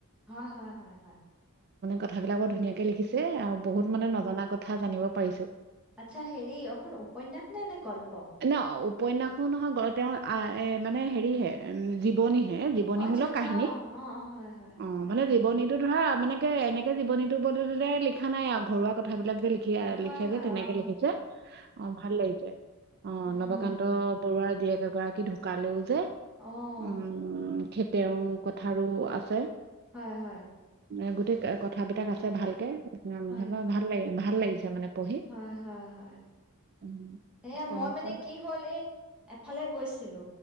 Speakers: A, in the centre; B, on the right.
A: হয় হয় হয় হয়।
B: কথা বিলাক ও ধুনীয়াকে লিখছে। আৰু বহুত
A: হয়,
B: মানে নজনা কথা। কথা জানিব পাৰিছো
A: আচ্ছা হেৰি অখন উপন্যাস নাই নে গল্প
B: ন উপন্যাসো নহয় তেওঁৰ আ মানে হেৰিহে জীৱনী জীৱনী
A: অ', আচ্ছা
B: মূলক
A: আচ্ছা
B: কাহিনী
A: অ', অ', অ', হয় হয়
B: অ
A: হয় কাহিনী
B: মানে জীৱনীটো
A: অ',
B: ধৰা মানে এনেকে জীৱনীটো বদলিলে লিখা নাই আৰু ঘৰুৱা কথাবিলাক লিখি
A: অ, হয়
B: লিখে
A: হয়
B: যে তেনেকে
A: অ',
B: লিখিছে অ ভাল লাগিছে অ
A: উম,
B: নৱকান্ত বৰুৱা এগৰাকী ঢুকালেও যে
A: অ',
B: উম খ তেওঁৰ কথাৰো আছে
A: হয় হয়
B: এ গোটেই কথাবিলাক আছে ভালকে
A: হয়
B: যাবা ভাল লাগে ভাল লাগিছে মানে পঢ়ি
A: হয় হয় হয়
B: উম,
A: এয়া
B: তাৰপিছত
A: মই মানে কি হ'ল এই এফালে গৈছিলো।